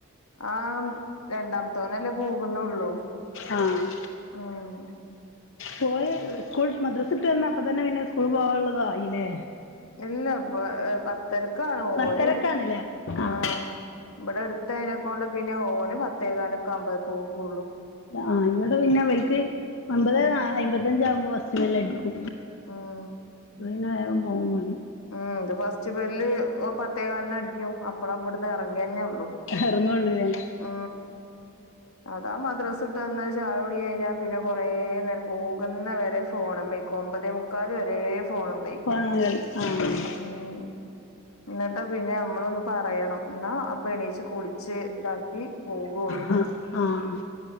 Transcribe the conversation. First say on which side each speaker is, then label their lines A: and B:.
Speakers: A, on the left; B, on the left.
A: ആഹ് രണ്ടാമത്തവനല്ലേ പോകുന്നുള്ളു
B: ആഹ്
A: ഉം
B: പോയി സ്കൂൾ മദ്രസ് വിട്ട് വന്ന അപ്പ തന്നെ പിന്നെ സ്കൂളിൽ പോവാനുള്ളതായില്ലേ
A: ഇല്ല പ പത്ത് തിരക്കാണ്
B: പത്തരക്കാണ്ല്ലേ
A: ഓനും
B: ആഹ്
A: ആ ഇവിടെ അടുത്തൈനെ കൊണ്ട് പിന്നെ ഓന് പത്തേകാലൊക്കെ ആവുമ്പഴേ പോകുള്ളൂ
B: ആ അന്നേരം പിന്നെ അവൽക്ക് ഒമ്പതേക്കാല്
A: ഉം
B: എണ്പത്തഞ്ചാവുമ്പോ ഇതെല്ലാം എനിക്ക്
A: ആഹ്
B: പിന്നെ വേകം പോകും വേണം
A: ഉം ഇത് ഫസ്റ്റ് ബെല്ല് പത്തേകാലിനടിക്കും. അപ്പള ഇവിടുന്ന് ഇറങ്ങിയതന്നെ ഉള്ളു
B: ഇറങ്ങുള്ളൂ അല്ലേ
A: ആ അതാ മദ്രസിവിട്ടു വന്ന് ചായകുടി കഴിഞ്ഞാൽ പിന്നെ കൊറേ നേരം പോകുന്ന വരെ ഫോണുമേ ഒമ്പതേമുക്കാല് വരേം ഫോണുമേൽ നിക്കും
B: പണകൾ ആഹ്
A: ഉം എന്നിട്ടാ പിന്നെ നമ്മളൊന്ന് പറയണം എന്നാ അപ്പൊ എണീച്ച് കുളിച്ച് ഇതാക്കി പോകുള്ളൂ
B: ആഹ് ആഹ്